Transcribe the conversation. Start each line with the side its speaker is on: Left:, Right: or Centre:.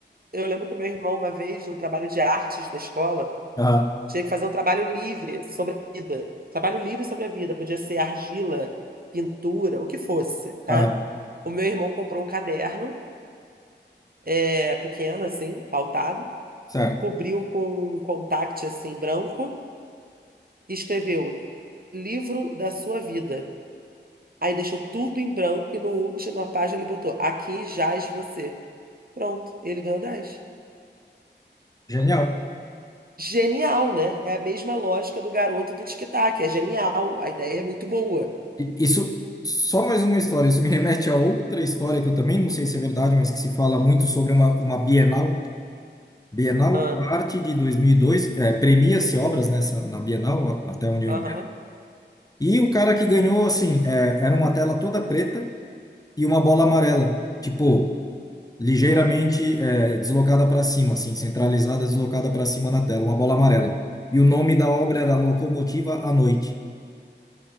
Right: eu lembro que meu irmão, uma vez, no trabalho de artes da escola,
Left: Aham,
Right: Tinha que fazer um trabalho livre sobre a vida. Trabalho livre sobre a vida. Podia ser argila, pintura, o que fosse, tá?
Left: aham,
Right: O meu irmão comprou um caderno, é, pequeno, assim, pautado,
Left: certo.
Right: cobriu com um contact, assim, branco, e escreveu livro da sua vida. Aí deixou tudo em branco e na última página ele botou aqui jaz você. Pronto, ele ganhou dez
Left: Genial.
Right: Genial, né? É a mesma lógica do garoto do tic-tac. É genial, a ideia é muito boa.
Left: I- Isso, só mais uma história. Isso me remete a outra história que eu também não sei se é verdade, mas que se fala muito sobre uma, uma Bienal. Bienal,
Right: Ah,
Left: arte de 2002, é, premia-se obras nessa, na Bienal, a- até onde eu
Right: aham.
Left: entendo. E o cara que ganhou, assim, é, era uma tela toda preta e uma bola amarela, tipo, ligeiramente é, deslocada para cima, assim, centralizada, deslocada para cima na tela, uma bola amarela. E o nome da obra era Locomotiva à Noite.